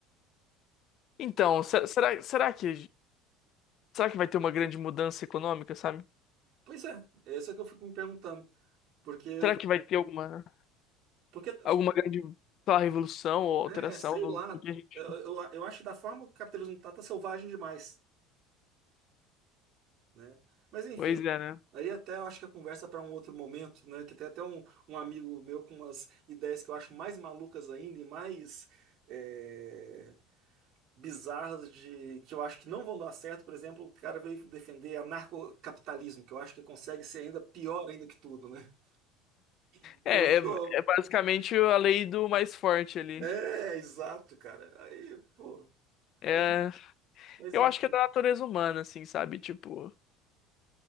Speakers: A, on the left; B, on the right.
A: Então, se- será, será que será que vai ter uma grande mudança econômica, sabe?
B: Pois é, é isso que eu fico me perguntando. Porque,
A: Será que vai ter alguma
B: porque,
A: alguma grande, sei lá, revolução ou
B: né,
A: alteração
B: sei
A: no,
B: lá,
A: no que a gente...
B: eu, eu, eu acho que da forma que o capitalismo tá, tá selvagem demais, né? Mas enfim,
A: Pois é, né?
B: aí até eu acho que a conversa para um outro momento, né? Que tem até um, um amigo meu com umas ideias que eu acho mais malucas ainda e mais é, bizarras de que eu acho que não vão dar certo. Por exemplo, o cara veio defender anarcocapitalismo, que eu acho que consegue ser ainda pior ainda que tudo, né? <laughs>
A: É,
B: Pensou?
A: é, é basicamente a lei do mais forte ali.
B: É, exato, cara. Aí, pô,
A: É,
B: mas, mas
A: eu
B: enfim,
A: acho que é da natureza humana, assim, sabe? Tipo,